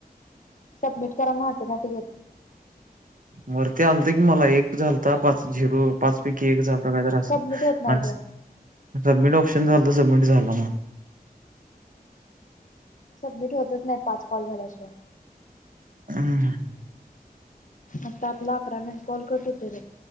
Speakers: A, on the left; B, on the right.
A: सबमिट करा नाऑटोमॅटिक
B: वरती आलत की मला एक झालता पाच, झिरो पाच पैकी एक झालं काय तर असं
A: सबमिट होत नाही
B: आणि
A: तुला
B: सबमिट ऑप्शन झालं तर सबमिट झालं मला
A: सबमिट होतच नाहीत पाच कॉल झाल्याशिवाय
B: हं हं
A: आता आपला अकरा मेन कॉल करत होते ते